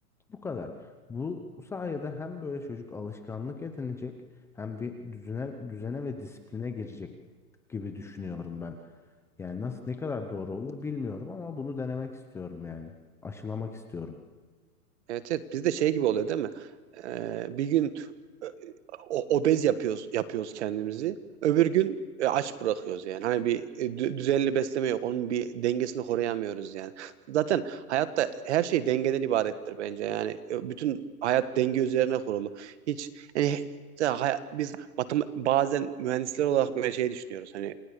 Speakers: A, in the centre; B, on the right (about 50°).
A: Bu kadar. Bu, bu sayede hem böyle çocuk alışkanlık edinecek hem bir düzene, düzene ve disipline girecek gibi düşünüyorum ben. Yani nasıl ne kadar doğru olur bilmiyorum ama bunu denemek istiyorum yani. Aşılamak istiyorum.
B: Evet evet bizde şey gibi oluyor değil mi? Ee, bir gün e, o- obez yapıyoruz yapıyoruz kendimizi. Öbür gün e, aç bırakıyoruz yani. Hani bir e, dü- düzenli besleme yok. Onun bir dengesini koruyamıyoruz yani. Zaten hayatta her şey dengeden ibarettir bence. Yani e, bütün hayat denge üzerine kurulu. Hiç yani he- mesela hay- biz matem- bazen mühendisler olarak böyle şey düşünüyoruz. Hani